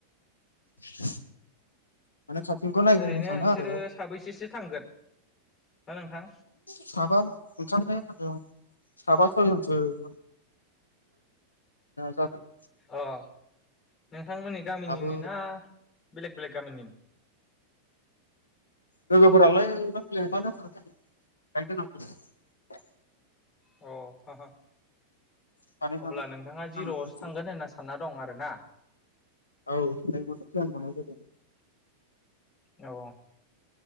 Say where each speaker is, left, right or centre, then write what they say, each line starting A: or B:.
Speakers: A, on the left (about 75°); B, on the left (about 20°).
A: <inaudible> माने खाथिनिखौ नायग्रोनो
B: ओरैनो
A: सानो
B: नोंसोरो
A: आरो
B: साबैसेसो थांगोन ना नोंथां
A: साबा ओंखारनो होदों साबा सयजन सो <unintelligible> जागोन
B: अ नों नोंथांमोननि गामिनिनो
A: दाबो
B: ना बेलेग बेलग गामिनि
A: लोगोफोरालाया <unintelligible> बायेक गोनां <unintelligible>
B: अ
A: सानै सानै
B: अब्ला नोंथाङा
A: जानानै
B: जिर'आवसो
A: थांजायो
B: थांगोन होनना सानना दं आरो ना
A: औ <unintelligible> खालामबावनाय जादों
B: औ